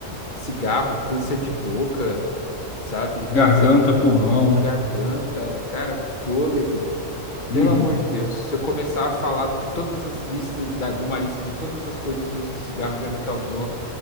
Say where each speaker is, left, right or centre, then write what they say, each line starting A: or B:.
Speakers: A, on the left; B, on the left.
A: cigarro, câncer de boca, sabe? Câncer
B: Garganta,
A: no pulmão,
B: pulmão.
A: garganta, cara, fôlego. Pelo
B: Uhum.
A: amor de Deus, se eu começar a falar de todas as listas, da- de uma lista de todas as coisas ruins que o cigarro já me causou,